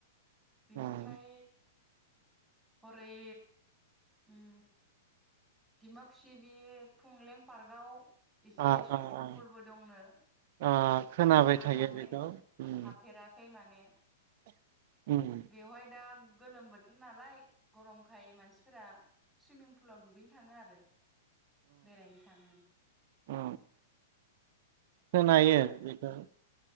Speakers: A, in the centre; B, on the right (about 55°).
A: बेनिफ्राय
B: उम
A: हरै उम डिमाकुसि बे फंलें पार्कआव एसे
B: ओ
A: सुइमिं
B: ओ ओ
A: पुलबो दंनो।
B: ओ खोनाबाय
A: आं
B: थायो
A: माने
B: बेखौ उम
A: हाबफेराखै माने।
B: उम
A: बेवहाय दा गोलोम बोथोर नालाय गरमखाय मानसिफोरा सुइमिं फुलाव दुगैनो थाङो आरो बेरायैनो थाङो।
B: अ। खोनायो बेखौ।